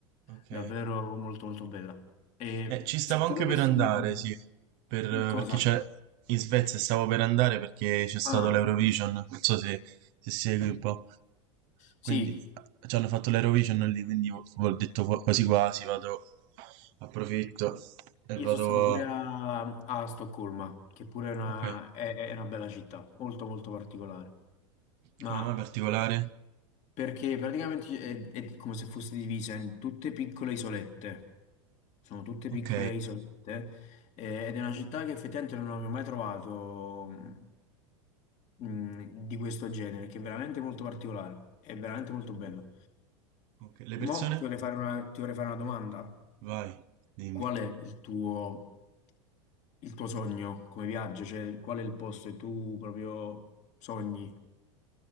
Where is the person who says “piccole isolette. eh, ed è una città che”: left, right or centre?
Left